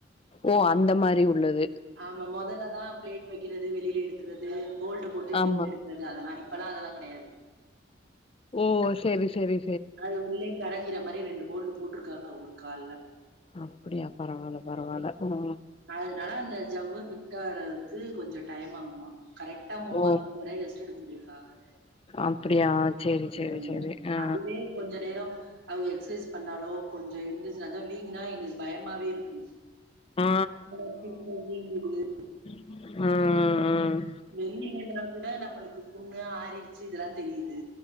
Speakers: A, on the left (about 30°); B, on the right (about 80°).
A: ஓ அந்த மாரி உள்ளது.
B: ஆமா மொதல்ல அது தா பிளேப் வைக்கிறது வெளில எடு கிறது போல்டு போட்டு
A: ஆமா.
B: போல்டு எடுக்கிறது அதெல்லா இப்பெல்லா அதெல்லா கிடையாது
A: ஓ செரி செரி
B: அது உள்ளே கரையிற மாரி ரெண்டு போல்டு போட்ருக்காங்க அவங்களுக் கால்ல
A: அப்படியா? பரவால்ல, பரவால்ல ஆ
B: அதுனால அந்த ஜவ்வு ஃபிக்ட் ஆகுறதுக்கு கொஞ்சோ டைம் ஆகுமா கரெக்டா மூணு
A: ஓ!
B: மாசம் வரை ரெஸ்ட் எடுக்கனுன் சொல்லிருக்காங்க
A: அப்படியா? சரி, சரி,
B: ஆ
A: சரி. ஆ.
B: அதுவே கொஞ்ச நேரோ அவுக எக்ஸசைஸ் பண்ணாலோ கொஞ்சோ எழுந்துருச்சு நடந்தா வீங்குனா எங்ளுக்கு பயமாவே இருக்குங்
A: ஆ
B: என்னடா திரும்ப வீங்குது
A: ம் ம் ம்
B: வெளியனா கூட நம்மளுக்கு புண்ணு ஆறிருச்சு இதெல்லா தெரியுது